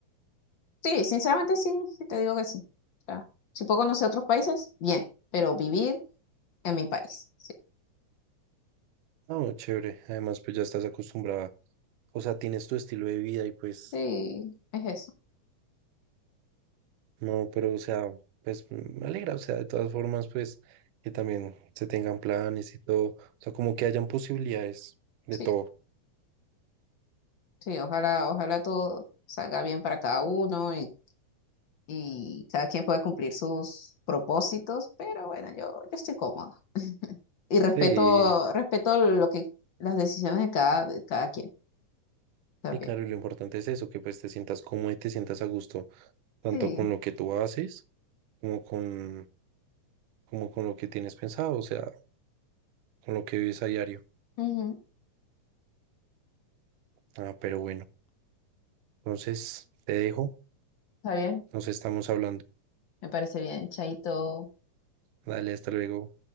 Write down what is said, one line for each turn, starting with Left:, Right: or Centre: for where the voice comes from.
Left: Sí, sinceramente sí, sí, te digo que sí. O sea, si puedo conocer otros países, bien, pero vivir en mi país. Sí,
Right: No, chévere. Además, pues ya estás acostumbrada, o sea, tienes tu estilo de vida y pues
Left: sí, es eso.
Right: No, pero o sea, pues me alegra, o sea, de todas formas, pues que también se tengan planes y todo, o sea, como que hayan posibilidades de
Left: Sí,
Right: todo.
Left: sí, ojalá, ojalá todo salga bien para cada uno y, y cada quien pueda cumplir sus propósitos, pero bueno, yo, yo estoy cómoda. Y respeto,
Right: Sí,
Left: respeto lo que, las decisiones de cada, de cada quien también.
Right: sí, claro, y lo importante es eso, que pues te sientas cómodo y te sientas a gusto, tanto
Left: Sí,
Right: con lo que tú haces como con, como con lo que tienes pensado, o sea, con lo que vives a diario.
Left: ujú,
Right: Ah, pero bueno, entonces te dejo,
Left: Está bien,
Right: nos estamos hablando.
Left: me parece bien, Chaito.
Right: Dale, hasta luego.